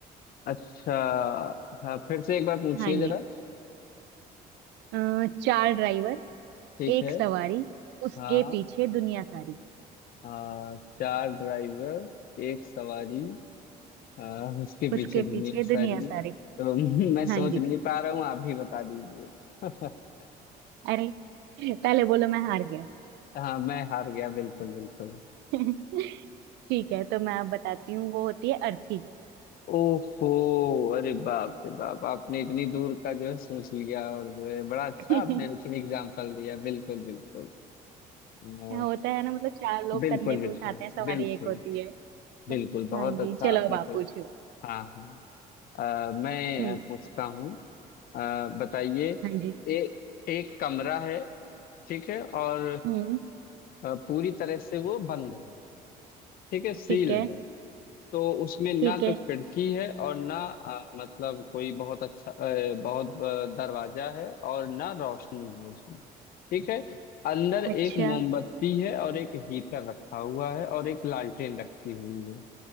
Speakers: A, on the left; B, on the right.
A: अच्छा हाँ फिर से एक बार पूछिए
B: हाँ
A: जरा
B: जी अ, चार ड्राइवर
A: ठीक
B: एक
A: है
B: सवारी उसके
A: हाँ
B: पीछे दुनिया सारी
A: आ, चार ड्राइवर एक सवारी आ, उसके
B: उसके
A: पीछे दुनिया
B: पीछे दुनिया
A: सारी
B: सारी
A: तो <laughs> मैं सोच
B: हाँ जी
A: नहीं पा रहा हूँ आप भी बता दीजिए <laughs>
B: अरे पहले बोलो मैं हार गया
A: हाँ मैं हार गया बिल्कुल बिल्कुल
B: <laughs> ठीक है तो मैं आप बताती हूँ वो होती है अर्थी
A: ओफो अरे बाप रे बाप आपने इतनी दूर का जो है सोच लिया और जो है बड़ा अच्छा
B: <laughs>
A: आपने लेकिन एग्जाम्पल दिया बिल्कुल बिल्कुल अ,
B: होता है ना मतलब चार लोग
A: बिल्कुल
B: कंधे पे
A: बिल्कुल
B: उठाते हैं सवारी
A: बिल्कुल
B: एक होती है
A: बिल्कुल बहुत
B: हाँ जी
A: अच्छा
B: चलो
A: आपने
B: अब आप
A: को
B: पूछो
A: हाँ हाँ अ, मैं
B: हम्म
A: अ, पूछता हूँ अ, बताइए
B: हाँ जी
A: एक एक कमरा है ठीक है और
B: हम्म
A: अ, पूरी तरह से वो बंद है ठीक है सील
B: ठीक है
A: है तो उसमें ना
B: ठीक है
A: तो खिड़की है और ना अ, मतलब कोई बहुत अच्छा अ, बहुत अ, दरवाजा है और ना रोशनी है उसमें ठीक है अंदर
B: अच्छा
A: एक मोमबत्ती है और एक हीटर रखा हुआ है और एक लालटेन रखी हुई है